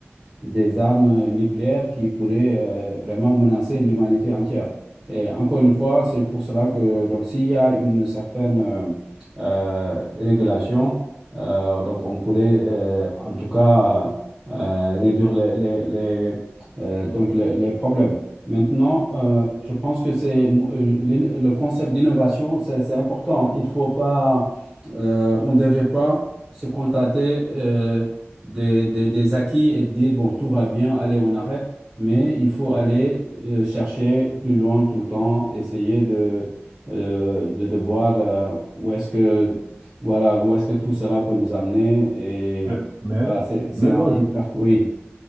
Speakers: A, on the right; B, on the right.
A: des armes nucléaires qui pourraient euh, vraiment menacer l'humanité entière. Et encore une fois, c'est pour cela que donc s'il y a une certaine euh, euh, régulation, euh, donc on pourrait euh, en tout cas euh, réduire les, les, les, euh, donc les, les problèmes. Maintenant, euh, je pense que c'est euh, l'in- le concept d'innovation, c'est c'est important. Il faut pas, euh, on ne devrait pas se contenter euh, des, des- des acquis et de dire, bon, tout va bien, allez, on arrête, mais il faut aller euh, chercher plus loin tout le temps, essayer de, euh, de, de voir euh, où est-ce que, voilà, où est-ce que tout cela peut nous amener.
B: Euh,
A: Et
B: Mais,
A: voilà, c'est, c'est
B: mais
A: un,
B: moi,
A: une perte, oui.